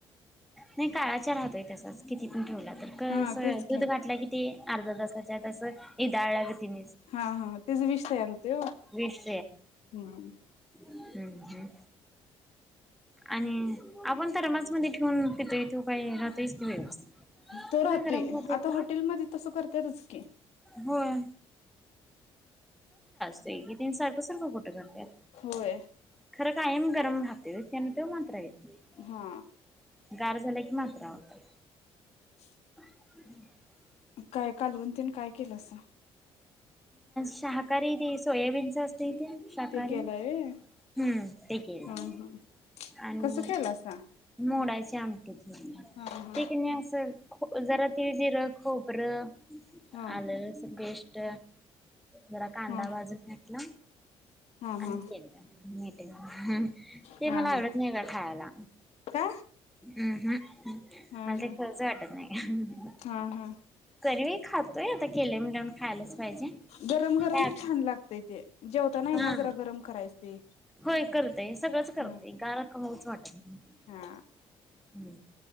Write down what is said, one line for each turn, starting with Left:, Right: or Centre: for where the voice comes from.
Centre: नाही काळा चहा राहतोय. तसाच किती पण ठेवला तर कसं
Left: हा तेच की
Centre: दूध घाटला कि ते अर्धा तास त्याच्यात आसं इदाळल्यागतिन
Left: हा हा तेच विष तयार होतंय ओ.
Centre: दीस
Left: हम्म
Centre: <unintelligible> हुं हुं आणि आपण थरमास मध्ये ठेवून पितोय तो काय राहतोयच की व्यवस्थित
Left: तो राहतोय
Centre: काय गरम
Left: आता
Centre: खरं
Left: हॉटेलमध्ये तसं करत्यातच की
Centre: होय <unintelligible> सारखं सारखं कुठं करत्यात
Left: होय
Centre: खरं कायम गरम राहतोय. त्यान तो मातरा होत नाही
Left: हा
Centre: गार झाला की म मात्रा होतोय.
Left: <inaudible>
Centre: <inaudible>
Left: काय कालवून तेन काय केलासा.
Centre: शाहाकारी ती सोयाबीनच अस तय तेन शहाकारी
Left: ते केलाय व्हय
Centre: हम्म ते केलं
Left: हा हा
Centre: आणि
Left: कसं केलासा
Centre: मोडायची आमटी ते
Left: हा हा
Centre: कणी आसं जरा तिळ जिर खोबर आल
Left: हा
Centre: लसूण पेस्ट पेस्ट जरा कांदा
Left: हा
Centre: भाजून घेतला
Left: हा हा
Centre: आणखी इकदा मी हं ते
Left: हा
Centre: मला
Left: हा
Centre: आवडत नाही बया खायाला
Left: का
Centre: अं हं मला
Left: हा हा
Centre: ते खाऊच वाटत नाही.
Left: हा हा
Centre: तरीवी खातोय आता केलंय म्हणल्यावर खायलाच पाहिजे
Left: गरम
Centre: काय?
Left: गरम छान लागतय ते जेवताना आहे
Centre: हा
Left: ना जरा गरम करायच ते
Centre: होय करतय सगळंच करतय
Left: हं
Centre: गार खाऊच वाटत नाय
Left: हा